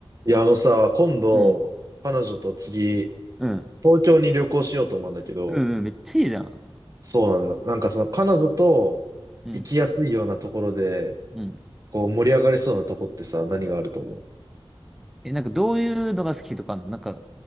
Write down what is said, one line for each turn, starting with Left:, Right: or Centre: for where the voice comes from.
Right: いや、あのさ、今度、
Centre: うん。
Right: 彼女と次、
Centre: うん。
Right: 東京に旅行しようと思うんだけど、
Centre: うん、うん、めっちゃいいじゃん。
Right: そうなのよ。なんかその彼女と行きやすいようなところで、
Centre: うん。うん。
Right: こう盛り上がりそうなとこってさ、何があると思う
Centre: え、なんかどういうのが好きとかあんのなんか、